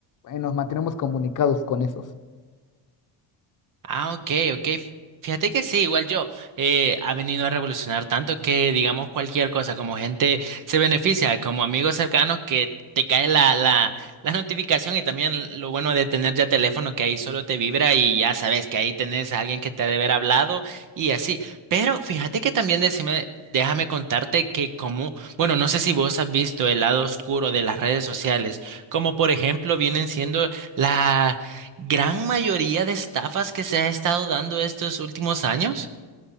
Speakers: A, on the left; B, on the right.
A: eh, nos mantenemos comunicados con esos.
B: Ah, ok, ok. Fíjate que sí, igual yo, eh, ha venido a revolucionar tanto que digamos cualquier cosa, como gente se beneficia, como amigos cercanos que te cae la, la, la notificación y también lo bueno de tener ya teléfono que ahí solo te vibra y ya sabes que ahí tenés a alguien que te ha de haber hablado y así. Pero fíjate que también decime, déjame contarte que como, bueno, no sé si vos has visto el lado oscuro de las redes sociales, como por ejemplo vienen siendo las gran mayoría de estafas que se ha estado dando estos últimos años.